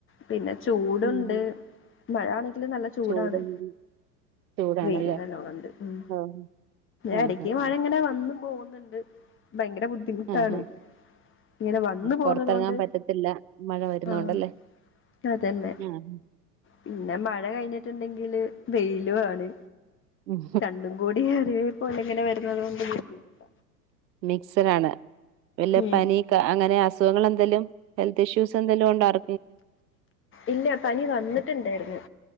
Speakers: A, on the left; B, on the right.
A: പിന്നെ ചൂടുണ്ട്
B: ഉം ഉം.
A: മഴാണ നല്ല ചൂടാണ്
B: ചൂടുണ്ട് ചൂടാണല്ലേ
A: <unintelligible> ലോണ്ട് ഉം
B: ആഹ്
A: ഇടക്ക്
B: ആഹ് ആഹ്
A: മഴ ഇങ്ങനെ വന്നും പോകുന്നുണ്ട് ഭയങ്കര ബുദ്ധിമുട്ടാണ്
B: ആഹ് ആഹ്
A: ഇങ്ങനെ വന്നു പോന്നതൊണ്ട്
B: പൊറത്തെറങ്ങാൻ പറ്റത്തില്ല മഴ വരുന്നോണ്ടല്ലേ
A: ആഹ് അതന്നെ
B: ആഹ്
A: പിന്നെ മഴ കഴിഞ്ഞിട്ടുണ്ടെങ്കി ല് വെയിലും ആണ്
B: ഉം
A: രണ്ടും കൂടി അറി <unintelligible> എങ്ങനെ വരുന്നതൊണ്ട് ബുദ്ധിമുട്ട
B: മിക്സട് ആണ് വല്ല
A: ഉം
B: പനി അങ്ങനെ അസുഖങ്ങൾ എന്ത് എന്തേലും ഹെൽത്ത് ഇഷ്യൂസ് എന്തേലും ഉണ്ടാ ആർ
A: ഇല്ല പനി വന്നിട്ടുണ്ടായിരുന്നു